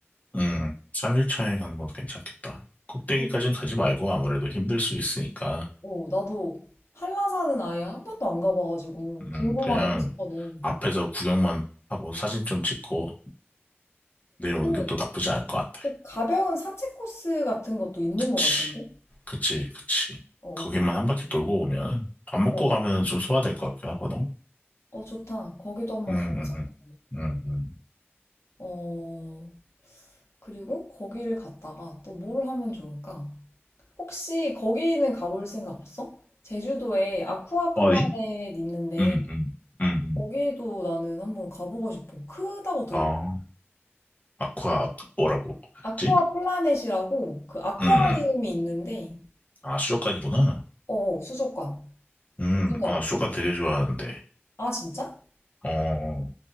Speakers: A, on the left; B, on the left.
A: 음, 3일차에 가는 것도 괜찮겠다. 꼭대기까지는
B: 그-
A: 가지 말고 아무래도 힘들 수 있으니까,
B: 어, 나도 한라산은 아예 한 번도 안 가봐가지고
A: 음,
B: 궁금하긴
A: 그냥
B: 했었거든.
A: 앞에서 구경만 하고 사진 좀 찍고 내려오는
B: 그,
A: 것도 나쁘지 않을 것 같아.
B: 그 가벼운 산책 코스 같은 것도 있는
A: 그치,
B: 것 같은데?
A: 그치, 그치.
B: 어.
A: 거기만 한 바퀴 돌고 오면 밥 먹고
B: 어.
A: 가면 좀 소화될 것 같긴 하거든?
B: 어, 좋다. 거기도 한번
A: 응,
B: 가보자,
A: 응, 응,
B: 그러면.
A: 응, 응.
B: 어, 그리고 거기를 갔다가 또 뭘 하면 좋을까? 혹시 거기는 가볼 생각 없어? 제주도에 아쿠아 플라넷
A: 어디?
B: 있는데,
A: 음, 음, 음, 음.
B: 거기도 나는 한번 가보고 싶어. 크다고 들어.
A: 아, 아쿠아, 뭐라고
B: 아쿠아
A: 했지?
B: 플라넷이라고 그 아쿠아리움이
A: 음, 음.
B: 있는데,
A: 아, 수족관이구나.
B: 어, 수족관.
A: 음,
B: 여기는
A: 아,
B: 어때?
A: 나 수족관 되게 좋아하는데.
B: 아, 진짜?
A: 어,